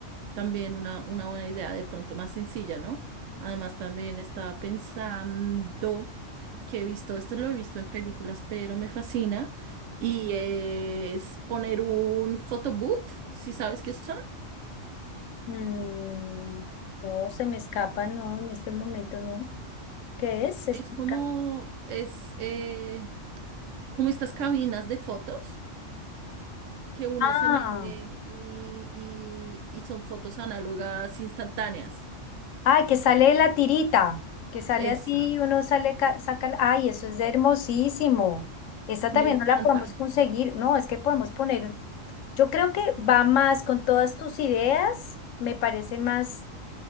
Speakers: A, on the right; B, on the left.
A: también una, una buena idea, de pronto más sencilla, ¿no? Además, también estaba pensando que he visto, esto lo he visto en películas, pero me fascina, y es poner un photobooth, si sabes qué son.
B: Mm, no, se me escapa, no, en este momento no. ¿Qué es? ¿Se
A: Es
B: explica?
A: como, es eh, como estas cabinas de fotos que uno
B: Ah.
A: se mete y, y, y son fotos análogas instantáneas.
B: Ay, que sale la tirita, que sale
A: Eso,
B: así, uno sale, ca- saca, la- ay, eso es hermosísimo. Esta
A: me
B: también
A: encanta.
B: no la podemos conseguir, no, es que podemos poner, yo creo que va más con todas tus ideas, me parece más